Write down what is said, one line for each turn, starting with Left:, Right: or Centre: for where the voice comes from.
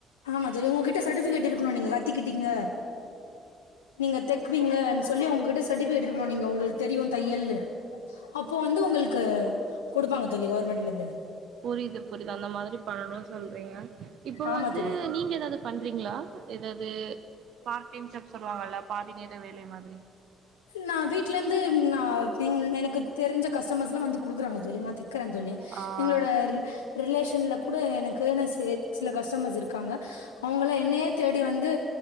Left: ஆமா தோழி உங்ககிட்ட சர்டிபிகேட் இருக்கணு நீங்க கத்துக்கிட்டீங்க நீங்கத் தெக்குவீங்கன் சொல்லி அவுங்க கிட்ட சர்டிபிகேட்ருக்கணு நீங்க உங்களுக்கு தெரியு தையல்லு அப்போ வந்து உங்களுக்கு குடுப்பாங்க தோழி கவுர்மெண்ட்லந்து
Right: புரிது புரிது அந்த மாதிரி பண்ணணு சொல்றீங்க இப்ப
Left: ஆமா
Right: வந்து
Left: தோழி
Right: நீங்க ஏதாது பண்றீங்ளா ஏதாத் து பார் டைம் சம் சொல்லுவாங்கல்ல பாதி நேர வேலை மாதிரி
Left: நா வீட்லந்து நா எனக்கு தெரிஞ்ச கஸ்டமர்ஸ்ல்லா வந்து குடுக்குறாங்க தோழி நா தெக் குற தோழி
Right: ஆ
Left: எங்களோட
Right: சரிங்க
Left: ரிலேஷன்லக் கூட எனக்குனு சே சில கஸ்டமர்ஸ் இருக்காங்க அவுங்கள என்னைய தேடி வந்து